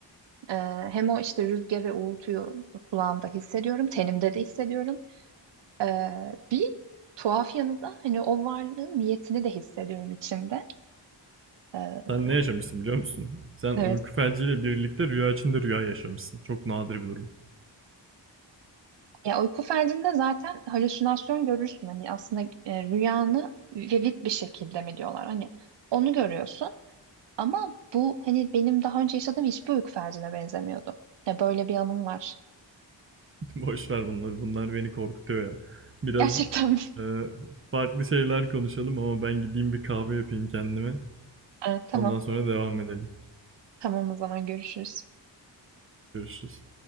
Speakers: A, on the right; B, on the right.
A: Ee, hem o işte rüzgarı, uğultuyu kulağımda hissediyorum, tenimde de hissediyorum. Ee, bir tuhaf yanı da hani o varlığın niyetini de hissediyorum içimde. Ee,
B: Sen ne yaşamışsın biliyor musun? Sen
A: evet.
B: uyku felciyle birlikte rüya içinde rüya yaşamışsın. Çok nadir bir durum.
A: Ya uyku felcinde zaten halüsinasyon görürsün. Hani aslında e, rüyanı vivid bir şekilde mi diyorlar? Hani onu görüyorsun. Ama bu hani benim daha önce yaşadığım hiçbir uyku felcine benzemiyordu. Ya böyle bir anım var.
B: <laughs> Boş ver bunları. Bunlar beni korkutuyor ya. Biraz
A: Gerçekten. mi?
B: e, farklı şeyler konuşalım ama ben gideyim bir kahve yapayım kendime.
A: <laughs> Ee, tamam.
B: Ondan sonra devam edelim.
A: Tamam o zaman görüşürüz.
B: Görüşürüz.